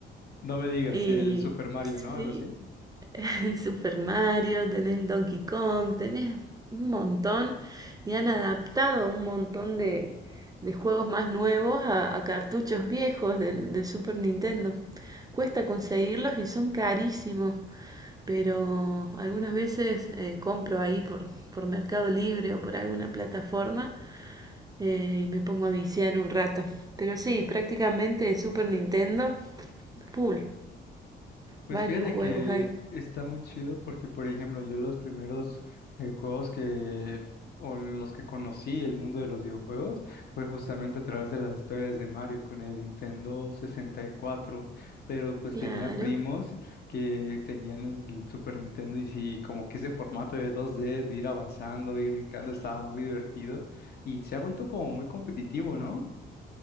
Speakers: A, on the left; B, on the right.
A: No me digas,
B: Y
A: el Super Mario,
B: sí,
A: ¿no? Algo así.
B: <laughs> el Super Mario, tenés el Donkey Kong, tenés un montón y han adaptado un montón de, de juegos más nuevos a, a cartuchos viejos del, del Super Nintendo. Cuesta conseguirlos y son carísimos, pero algunas veces eh, compro ahí por, por Mercado Libre o por alguna plataforma eh, y me pongo a viciar un rato. Pero sí, prácticamente Super Nintendo, full,
A: Pues
B: varios
A: fíjate
B: juegos
A: que
B: ahí.
A: está muy chido porque, por ejemplo, yo los primeros eh, juegos que, o los que conocí el mundo de los videojuegos, fue justamente a través de las historias de Mario con el Nintendo 64, pero pues
B: Claro.
A: tenía primos que tenían el, el Super Nintendo y sí, como que ese formato de dos d de ir avanzando, ir brincando, estaba muy divertido y se ha vuelto como muy competitivo, ¿no?